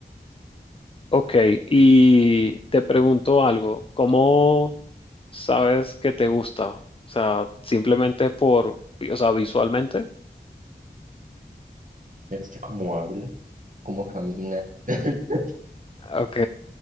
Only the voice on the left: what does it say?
Ok, y te pregunto algo. ¿Cómo sabes que te gusta? O sea, simplemente por, o sea, visualmente.
Ok,